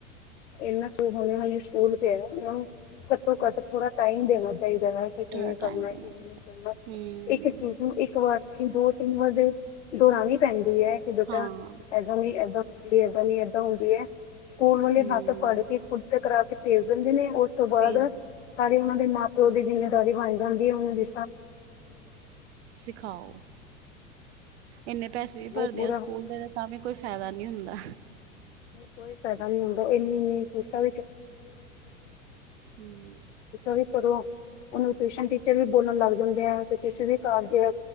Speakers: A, on the left; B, on the right.
A: ਇਹਨਾਂ ਚ ਹੁਣੇ ਹੁਣੇ ਸਕੂਲ ਪਿਆ। ਹੂੰ, ਘੱਟੋਂ ਘੱਟ ਪੂਰਾ ਟਾਈਮ ਦੇਣਾ ਚਾਹੀਦਾ ਨਾਂ, ਕਿ ਕਿਵੇਂ
B: ਥੋੜਾ
A: ਕਰਨਾ
B: ਟਾਈਮ
A: ਕਿਵੇਂ
B: ਦੇਣਾ ਚਾਹੀਦਾ
A: ਨਹੀਂ ਕਰਨਾ।
B: ਹੂੰ
A: ਇੱਕ ਚੀਜ਼ ਨੂੰ ਇੱਕ ਵਾਰ ਨਹੀਂ ਦੋ ਤਿੰਨ ਵਾਰ ਦੇ ਦੋਹਰਾਣੀ ਪੈਂਦੀ ਹੈ ਕਿ ਬੇਟਾ,
B: ਹਾਂ
A: ਇੱਦਾਂ ਨਹੀਂ ਇੱਦਾਂ। ਸੀ ਏਦਾਂ ਨੀ ਏਦਾਂ ਹੁੰਦੀ ਏ। ਸਕੂਲ ਵਾਲੇ
B: ਹੂੰ
A: ਹੱਥ ਤਾਂ ਫੜ ਕੇ <unintelligible> ਕਰਾ ਕੇ ਭੇਜ ਦਿੰਦੇ ਨੇ। ਉਸ ਤੋਂ ਬਾਅਦ
B: ਭੇਜ ਦਿਓ,
A: ਸਾਰੇ ਉਹਨਾਂ ਦੇ ਮਾਂ ਪਿਓ ਦੀ ਜ਼ਿੰਮੇਵਾਰੀ ਬਣ ਜਾਂਦੀ ਹੈ ਉਨ੍ਹਾਂ ਦੀ।
B: ਸਿਖਾਓ ਇੰਨੇ ਪੈਸੇ
A: ਬਹੁਤ
B: ਵੀ ਭਰਦੇ
A: ਬੁਰਾ
B: ਆ
A: ਹਾਲ
B: ਸਕੂਲ ਦੇ
A: ਹੈ
B: ਤਾਂ ਵੀ ਕੋਈ ਫਾਇਦਾ ਨਹੀਂ ਹੁੰਦਾ
A: ਕੋਈ ਫਾਇਦਾ ਨੀ ਹੁੰਦਾ ਇੰਨੀ <inaudible> ਫੀਸਾਂ
B: ਹੂੰ
A: ਵੀ ਭਰੋ ਉਹਨੂੰ ਟਿਊਸ਼ਨ ਟੀਚਰ ਵੀ ਬੋਲਣ ਲੱਗ ਜਾਂਦੇ ਆ ਕਿਸੇ ਵੀਗੇ